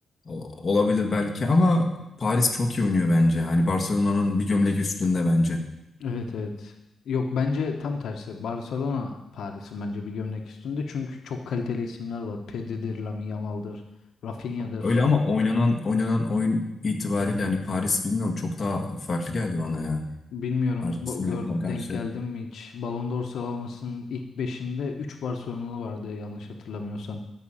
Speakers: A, on the left; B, on the left.
A: O- olabilir belki ama Paris çok iyi oynuyor bence. Hani Barcelona'nın bir gömlek üstünde bence.
B: Evet evet. Yok bence tam tersi. Barcelona Paris'in bence bir gömlek üstünde. Çünkü çok kaliteli isimler var. Pedri'dir, Lamine Yamal'dır, Rafinha'dır.
A: Öyle ama oynanan oynanan oyun itibariyle hani Paris bilmiyorum çok daha farklı geldi bana ya.
B: Bilmiyorum
A: Arsenal'e
B: bu- gör, denk
A: karşı
B: geldim mi hiç? Ballon d'Or sıralamasının ilk beşinde 3 Barcelonalı vardı yanlış hatırlamıyorsam.